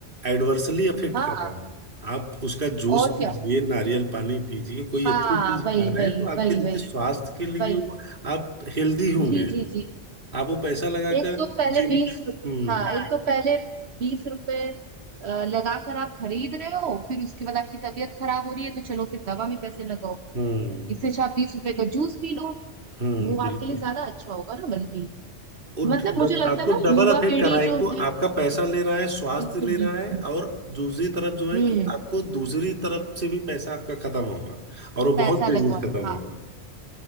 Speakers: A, on the right; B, on the right.
A: एडवर्सली अफेक्ट
B: हाँ
A: कर रहा है आप उसका जूस
B: और
A: पीजिए
B: क्या
A: नारियल पानी पीजिए कोई
B: हाँ
A: अच्छी चीज
B: वही
A: खा रहे
B: वही
A: हैं तो आपके
B: वही
A: देखिए
B: वही
A: स्वास्थ्य के लिए
B: वही
A: वो आप हेल्दी होंगे
B: जी जी जी
A: आप वो पैसा लगाकर
B: एक तो पहले
A: जिम
B: बीस
A: हम्म
B: हाँ
A: हाँ
B: एक तो पहले बीस रुपए अ, लगा कर आप खरीद रहे हो फिर उसके बाद आपकी तबीयत खराब हो रही है तो चलो फिर दवा में पैसे लगाओ
A: हम्म
B: इससे अच्छा आप बीस रुपए का जूस पी लो
A: हम्म
B: वो
A: बिल्कुल
B: आपके लिए ज्यादा अच्छा होगा ना बल्कि
A: वो डब,
B: मतलब मुझे लगता
A: आपको
B: है ना
A: डबल
B: युवा
A: अफेक्ट
B: पीढ़ी
A: कर रहा है
B: जो
A: एक तो
B: है
A: आपका पैसा ले रहा है स्वास्थ्य
B: बिल्कुल
A: ले
B: बिल्कुल
A: रहा है और दूसरी तरफ जो है
B: हम्म
A: कि आपको दूसरी तरफ से भी पैसा आपका खत्म होगा और वो
B: पैसा
A: बहुत
B: लगवा
A: तेजी से खत्म
B: हाँ
A: होगा